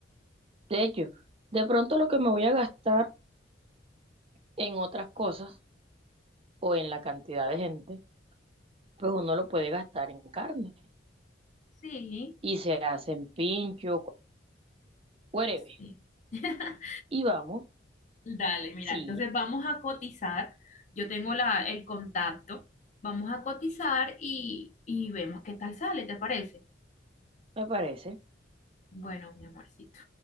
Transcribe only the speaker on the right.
de hecho, de pronto lo que me voy a gastar en otras cosas o en la cantidad de gente, pues uno lo puede gastar en carne
y se hacen pinchos, Whatever.
Y vamos.
Sí,
me parece.